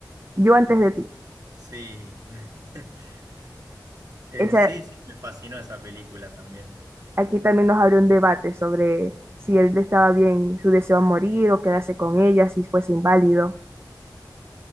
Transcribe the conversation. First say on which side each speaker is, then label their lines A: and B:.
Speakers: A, on the right; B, on the right.
A: Yo antes de ti.
B: Sí, <laughs> Eh,
A: Esa,
B: sí, sí, me fascinó esa película también.
A: aquí también nos abrió un debate sobre si él estaba bien, su deseo de morir o quedarse con ella, si fuese inválido.